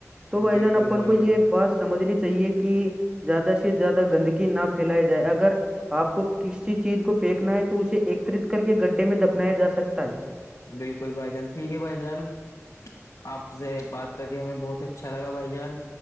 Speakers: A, on the right; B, on the left.
A: تو بھائی
B: بالکل
A: جان اپن
B: بھائی
A: کو یہ
B: جان
A: بس سمجھنی چاہیے کہ زیادہ سے زیادہ گندگی نہ پھیلائی جائے اگر آپ کو کسی چیز کو پھینکنا ہے تو اسے ایکترت کر کے گڈھے میں دفنایا جا سکتا ہے
B: بالکل بھائی جان ٹھیک ہے بھائی جان آپ سے بات کر کے ہمیں بہت اچھا لگا بھائی جان